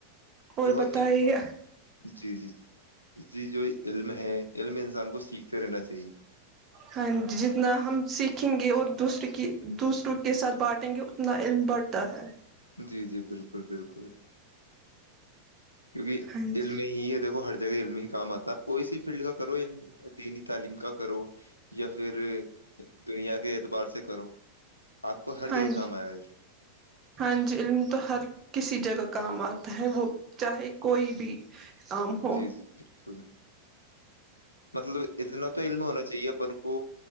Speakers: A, on the right; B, on the left.
A: اور
B: دیکھو
A: بتائیے
B: جی جی جی جو علم ہے علم انسان کو سیکھ پھرنا چاہیے
A: ہاں جی جتنا ہم سیکھیں گے اور دوسرے کی دوسروں کے ساتھ بانٹیں گے اتنا علم بڑھتا ہے
B: جی جی بالکل بالکل کیونکہ
A: ہاں جی
B: علمی ہی ہے دیکو ہر جگہ علمی سہمت کوئی س فیلڈ کا کرو دینی تعلیم کا کرو یا پھر دنیا کے اعتبار سے کرو آپ کو ہر
A: ہاں
B: جگہ
A: جی
B: کام آئے گاھر
A: ہاں جی علم تو ہر کسی جگہ کام آتا ہے وہ چاہے کوئی بھی کام ہو
B: جی جی بالکل مطلب اتنا تو علم ہونا چاہیے اپن کو